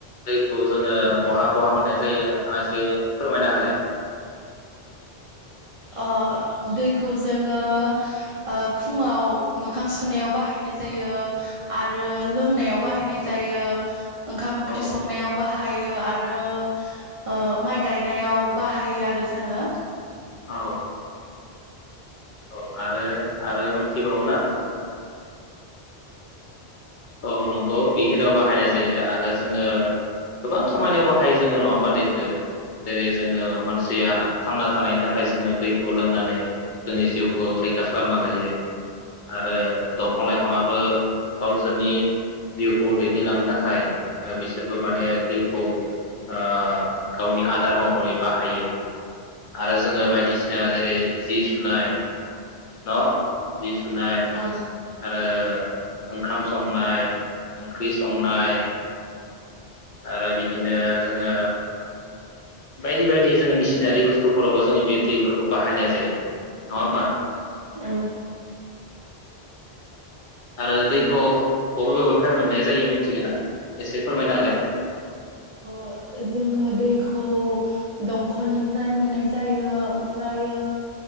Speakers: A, on the left (about 55°); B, on the right (about 55°).
A: दैखौ जोङो बहा बहा मोननाय जायो नोंथाङा एसे फोरमायना होलाय।
B: अ‌ दैखौ जोङो ओ फुङाव मोखां सुनायाव बाहाय नाय जायो आरो लोंनायाव बाहायनाय जायो ओंखाम ओंख्रि
A: औ
B: संनायाव बा हायो आरो ओ माइ गायनायाव बाहायो आरो जोङो।
A: औ। औ आरो आरो मोनथिबावो ना? औ नंगौ बेखिनियाव बा हायनाय जायो आरो जोङो गोबां खामानियाव बाहायो जोङो नङा होमबा दैखो। जेरै जोङो मानसैया थांना थानायनि थाखाय जोङो दैखौ लोंनानै जोंनि जिउखौ रैखा खालामना लायो। आरो दंफां लाइफाङाबो गाव सोरनि जिउखौ दैदेनलांनो थाखाय ओ बिसोरबो माने दैखौ ओ गावनि आदार महरै बाहायो। आरो जोङो बायदिसिना जेरै जि सुनाय न' जि सुनाय
B: औ
A: आरो <unintelligible> ओंखाम संनाय, ओंख्रि संनाय। आरो बिदिनो जोङो। बायदि बायदि जोङो मिसिनारि बुस्थुफोरावबो जोङो बे दैफोरखौ बाहायनाय जायो। नङा होमबा।
B: औ।
A: आरो दैखौ बबे बबेनिफ्राय मोननाया जायो मिथिगोना एसे फोरमायना होलाय?
B: अ। जोङो दैखौ दंखलनिफ्राय मोननाय जायो ओमफ्रायो